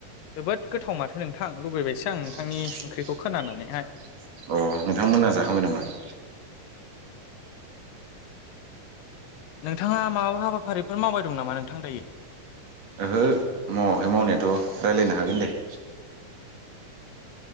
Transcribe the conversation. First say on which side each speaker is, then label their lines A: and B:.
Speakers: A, on the left; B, on the right.
A: जोबोद गोथाव माथो नोंथां
B: <inaudible>
A: लुगैबायसो आं नोंथांनि ओंख्रिखौ खोनानानैहाय
B: अ नोंथांमोना जाखांबाय नामा? <inaudible>
A: नोंथाङा माबा हाबाफारिफोर मावबाय दं नामा नोंथां दायो?
B: ओहो मावाखै मावनायाथ' रायलायनो हागोन हागोन दे। <inaudible>